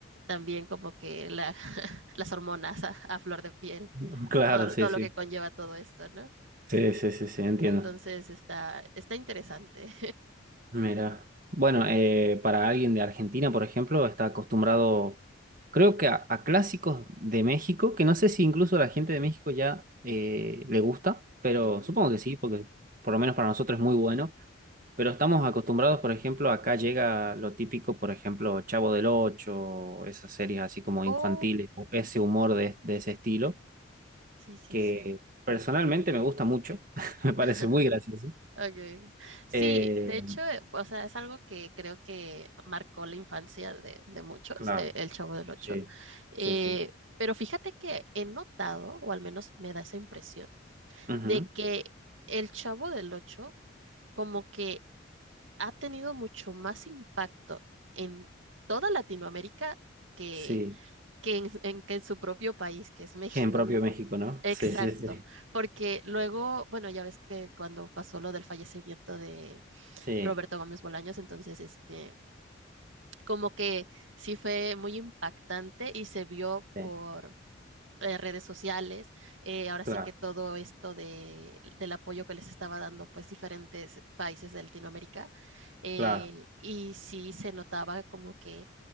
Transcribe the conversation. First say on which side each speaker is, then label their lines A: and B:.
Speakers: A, on the right (about 80°); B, on the right (about 45°).
A: también como que la, <laughs> las hormonas a, a flor de piel,
B: <laughs> claro,
A: todo, lo-
B: sí,
A: todo lo
B: sí.
A: que conlleva todo esto, ¿no?
B: Sí, sí, sí, sí, entiendo.
A: Entonces está, está interesante.
B: Mira, bueno, eh, para alguien de Argentina, por ejemplo, está acostumbrado, creo que a, a clásicos de México, que no sé si incluso a la gente de México ya eh, le gusta, pero
A: <laughs> Ujú.
B: supongo que sí, porque por lo menos para nosotros es muy bueno. Pero estamos acostumbrados, por ejemplo, acá llega lo típico, por ejemplo, Chavo del Ocho, esas series así como infantiles,
A: Oh,
B: o ese humor de, de ese estilo,
A: Sí, sí,
B: que
A: sí.
B: personalmente me gusta mucho, <laughs> me parece
A: <laughs>
B: muy gracioso.
A: Okay. Sí,
B: Eh,
A: de hecho, eh, o sea, es algo que creo que marcó la infancia de, de muchos,
B: claro,
A: eh, el Chavo del Ocho.
B: sí,
A: Eh,
B: sí, sí.
A: pero fíjate que he notado, o al menos me da esa impresión,
B: Ujú,
A: de que el Chavo del Ocho como que ha tenido mucho más impacto en toda Latinoamérica que,
B: Sí,
A: que en, <laughs> en- que en su propio país, que es México.
B: gen propio de México, ¿no?
A: Exacto,
B: Sí, sí, sí,
A: porque luego, bueno, ya ves que cuando pasó lo del fallecimiento
B: sí,
A: Roberto Gómez Bolaños, entonces, este, como que sí fue muy impactante y se vio
B: sí,
A: por eh, redes sociales, eh, ahora
B: claro,
A: sí que todo esto de, del apoyo que les estaba dando, pues, diferentes países de Latinoamérica, eh,
B: claro,
A: y sí se notaba como que,